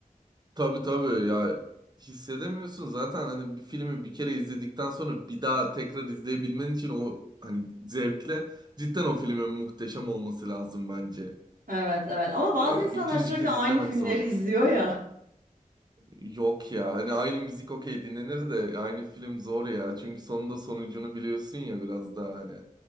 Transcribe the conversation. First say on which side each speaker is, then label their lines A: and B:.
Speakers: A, on the right; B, on the right.
A: Tabii tabii ya hissedemiyorsun zaten hani bir filmi bir kere izledikten sonra bir daha tekrar izleyebilmen için o hani zevkle cidden o filmin muhteşem olması lazım bence.
B: Evet evet ama bazı
A: Ee,
B: insanlar
A: ikinci
B: sürekli
A: kez
B: aynı
A: izlemek
B: filmleri
A: zor
B: izliyor
A: bir
B: ya.
A: film. Yok ya hani aynı müzik okey dinlenir de aynı film zor ya çünkü sonunda sonucunu biliyorsun ya biraz daha hani